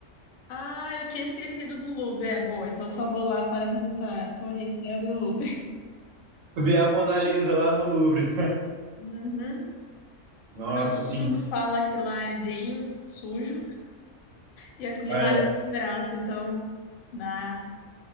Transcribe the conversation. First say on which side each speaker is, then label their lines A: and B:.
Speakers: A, on the left; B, on the right.
A: ah, eu tinha esquecido do Louvre, é boa, então eu só vou lá para visitar a Torre Eiffel e o Louvre.
B: Ver a Mona Lisa lá no Louvre.
A: Uhum.
B: Nossa,
A: Todo
B: assim,
A: mundo fala que lá é bem sujo e a culinária
B: é,
A: é sem graça, então, nah.